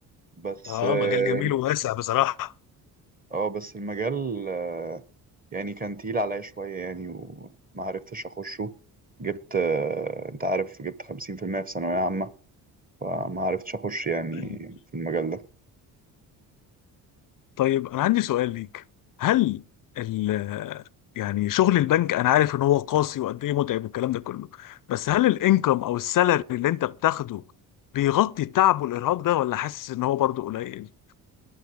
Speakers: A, on the right; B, on the left.
A: بس
B: اه
A: اه
B: مجال جميل وواسع بصراحة
A: آه، بس المجال آه، يعني كان تقيل عليا شوية يعني وما عرفتش أخشه جبت آه، أنت عارف جبت خمسين في المية في ثانوية عامة فما عرفتش أخش يعني
B: طيب
A: في المجال ده
B: طيب، انا عندي سؤال ليك هل ال يعني شغل البنك انا عارف ان هو قاسي وقد ايه متعب والكلام ده كله بس هل الانكم او السالري اللي انت بتاخده بيغطي التعب والارهاق ده ولا حاسس ان هو برضه قليل